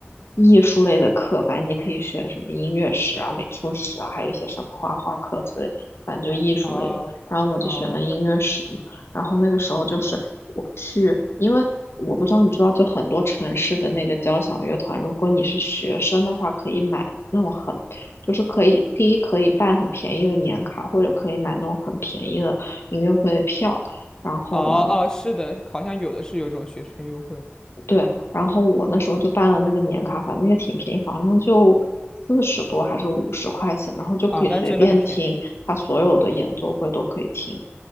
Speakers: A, on the left; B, on the left.
A: 艺术类的课，反正你可以选什么音乐史啊、美术史啊，还有一些什么画画课之类，反正就艺术类的。
B: 哦哦
A: 然后我就选了音乐史嘛，然后那个时候就是我去，因为。我不知道你知道，就很多城市的那个交响乐团，如果你是学生的话，可以买那种很。就是可以，第一可以办很便宜的年卡，或者可以买那种很便宜的音乐会的票。然后呢，
B: 哦哦，是的，好像有的是有这种学生优惠
A: 对，然后我那时候就办了那个年卡，反正也挺便宜，好像就四十多还是五十块钱，然后就可以随便听他所有的演奏会都可以听。
B: 啊，那真的很便宜。